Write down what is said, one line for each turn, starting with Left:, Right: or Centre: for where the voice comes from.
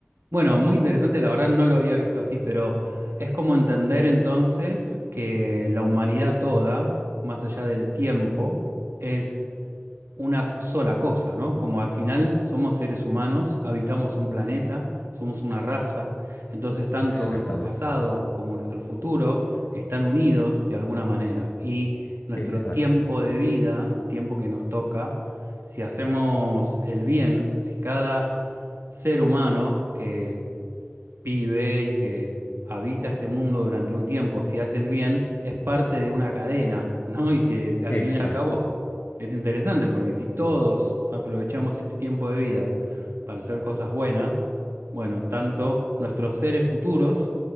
Right: Bueno, muy interesante, la verdad no lo había visto así, pero es como entender entonces que la humanidad toda, más allá del tiempo, es una sola cosa, ¿no? Como al final somos seres humanos, habitamos un planeta, somos una raza, entonces tanto
Left: Exactamente.
Right: nuestro pasado como nuestro futuro están unidos de alguna manera. Y nuestro
Left: Exacto.
Right: tiempo de vida, el tiempo que nos toca, si hacemos el bien, si cada ser humano que, vive y que habita este mundo durante un tiempo, si hace el bien, es parte de una cadena, <laughs> ¿no? Y que al
Left: Exacto.
Right: fin y al cabo es interesante, porque si todos aprovechamos este tiempo de vida para hacer cosas buenas, bueno, tanto nuestros seres futuros